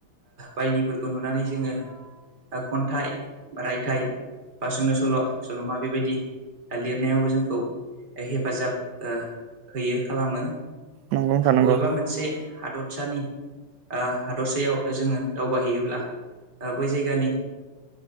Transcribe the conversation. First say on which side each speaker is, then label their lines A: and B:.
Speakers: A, on the right; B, on the right.
A: बायदिफोरखौ नुनानै जोङो खन्थाइ रायथाइ बा सुंद' सल' सल'मा बेबायदि लेरनायावबो जोंखौ हेफाजाब होयो खालामो
B: नंगौ नोंथां नंगौ
A: बबेबा मोनसे हादरसानि हादरसायाव जोङो दावबायहैयोब्ला बै जायगानि